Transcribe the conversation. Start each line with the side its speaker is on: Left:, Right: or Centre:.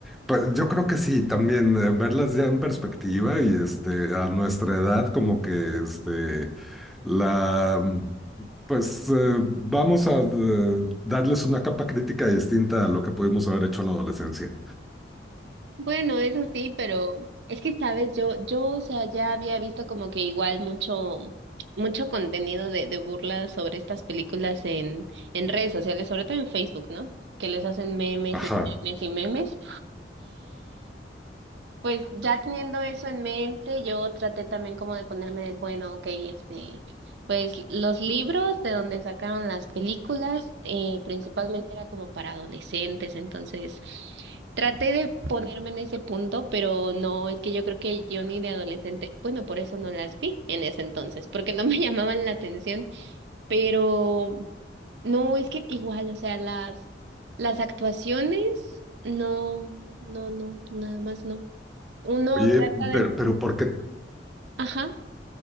Centre: pues, yo creo que sí, también eh, verlas ya en perspectiva y este, a nuestra edad, como que este, la, mm, pues eh, vamos a eh, darles una capa crítica distinta a lo que pudimos haber hecho en la adolescencia.
Right: Bueno, eso sí, pero es que, sabes, yo, yo, o sea, ya había visto como que igual mucho, mucho contenido de, de burla sobre estas películas en, en redes sociales, sobre todo en Facebook, ¿no? Que les hacen memes
Centre: Ajá.
Right: y memes y memes. Pues ya teniendo eso en mente, yo traté también como de ponerme del bueno, ok, este, pues los libros de donde sacaron las películas, eh, principalmente era como para adolescentes, entonces traté de ponerme en ese punto, pero no, es que yo creo que yo ni de adolescente, bueno, por eso no las vi en ese entonces, porque no <laughs> me llamaban la atención, pero no, es que igual, o sea, las, las actuaciones, no, no, no, nada más no. Uno
Centre: Oye,
Right: trata de...
Centre: pero, pero ¿por qué,
Right: Ajá.